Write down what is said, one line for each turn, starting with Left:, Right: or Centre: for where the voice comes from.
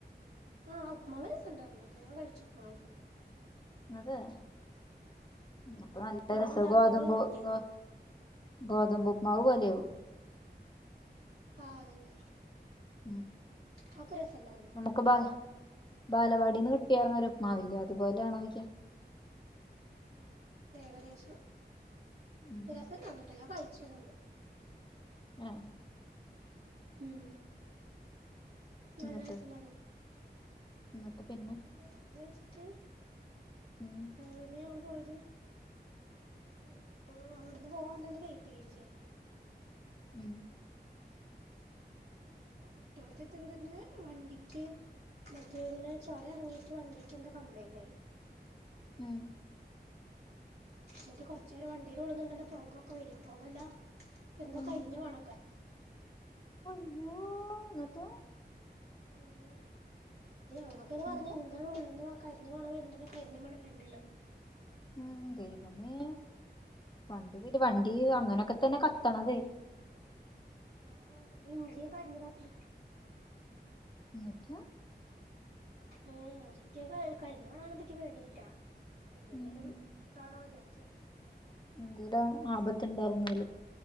Right: ആഹ് ഉപ്മാവ് രസുണ്ടായിരുട്ടാ ഞാൻ കഴിച്ചു ഉപ്മാവ് ഫുളള്
Left: അതെ അപ്പൊ നല്ല
Right: പിന്നെ
Left: രസാ
Right: ഉണ്ടായിരുന്നത്
Left: ഗോതമ്പു
Right: മറ്റേത്
Left: ഗോ ഗോതമ്പു ഉപ്മാവ് പോലെയാവും
Right: ആഹ് അതന്നേ
Left: ഉം
Right: അതൊക്കെ രസണ്ടാരുന്ന്
Left: ക്ക്ബാ ബാലവാടിന്ന് കിട്ടിയാര്ന്നൊരു ഉപ്മാവ് ഇല്ലേ അതുപോലെ ആണോയിക്യ
Right: ഉം ഏകദേശം
Left: ഉം
Right: രസം ഉണ്ടായിരുന്നട്ട ഞാൻ കഴിച്ചു അതോണ്ട്
Left: ആഹ്
Right: ഉം നല്ല
Left: എന്നിട്ട്
Right: രസണ്ടാരുന്നു
Left: എന്നിട്ട് പിന്നെ
Right: മറ്റേ പിന്നേ അത് കഴിച്ചിട്ട്
Left: ഉം
Right: പിന്നെ ഞങ്ങള് പോയത് ഉം അങ്ങോട്ടൊന്ന് പോവാൻ തന്നെ വേയിറ്റ് ആയിച്ച്
Left: ഉം
Right: മറ്റോടത്തെത്തീപ്പോ തന്നെ വണ്ടിക്ക് മറ്റേ ഇങ്ങനെ ചൊരം ഇറങ്ങിയിട്ട് വണ്ടിക്ക് എന്തോ കംപ്ലയിന്റ് ആയി
Left: ഉം
Right: എനിട്ട് കുറച്ച് നേരം വണ്ടീയിലള്ളുന്നുണ്ടല്ല പുകൊക്കെ വരിക പുകല്ലാം എന്തോ
Left: ആഹ്
Right: കരിഞ്ഞ മണമൊക്കെ
Left: അയ്യോ എന്നിട്ട്
Right: ഉം എന്നിട്ട് ഞങ്ങളൊക്കെ
Left: എന്നിട്ട്
Right: മറഞ്ഞ് ഇരുന്നു <unintelligible> ഉള്ളിൽ നിന്ന് കരിഞ്ഞ മണം വരേണ്ടല്ല കരിഞ്ഞ മണം വരണ്ടല്ലോ
Left: ഉം ദൈവമേ വണ്ടി വണ്ടി അങ്ങനെയൊക്കെ
Right: ഉം
Left: തന്നെ കത്തണത്
Right: ആഹ് എൻഞ്ചിൻ കരിഞ്ഞതാത്രേ
Left: എന്നിട്ട്
Right: ഉം കഴിഞ്ഞ തവണ വന്നപ്പേ പേടിക്കിട്ടിയത എന്തെങ്കിലും
Left: ഉം
Right: കാണോ വിചാരിച്ച് <unintelligible>
Left: എന്തേലും ആപാത്ത് ഉണ്ടാവുന്നല്ല